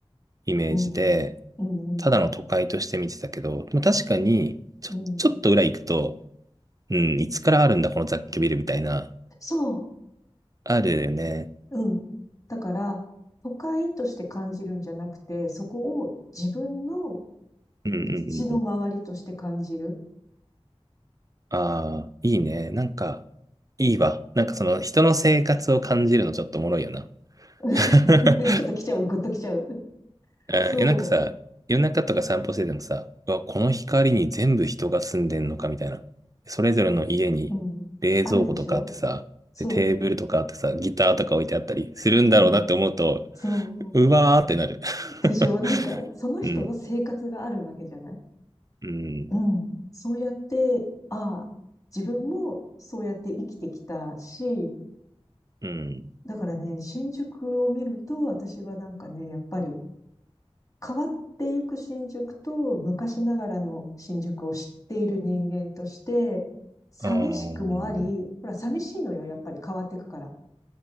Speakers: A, on the right (about 35°); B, on the left (about 30°).
A: イメージで、
B: うん、うん、
A: ただの都会として見てたけど、
B: うん。
A: でも確かに、ちょ、
B: うん
A: ちょっと裏行くと、うん、いつからあるんだ、この雑居ビルみたいな、
B: そう。
A: あるよね。
B: うん。だから、都会として感じるんじゃなくて、そこを自分の
A: うんうんうんうん。
B: うちの周りとして感じる。
A: ああ、いいね。なんか、いいわ。なんかその人の生活を感じるのちょっとおもろいよな。
B: <laughs>
A: <laughs>
B: ちょっと来ちゃう、ぐっと来ちゃう。
A: うんいや、
B: そ
A: なんかさ、夜中とか散歩しててもさ、うわ、この光に全部人が住んでんのかみたいな。それぞれの家に冷蔵庫とかあってさ、
B: う、うん。あるでしょそ
A: で、テーブルとかあってさ、ギターとか置いてあったりするんだろうなって思うと、
B: う、うん。そう。
A: うわーってなる。
B: でしょなんか、
A: <laughs>
B: その人の生活があるわけじゃない
A: うん、うん、
B: うん。そうやって、ああ、自分もそうやって生きてきたし、
A: うん。
B: だからね、新宿を見ると、私はなんかね、やっぱり、変わっていく新宿と昔ながらの新宿を知っている人間として、寂しくもあり、
A: あー
B: ほら、寂しいのよ、やっぱり変わっていくから。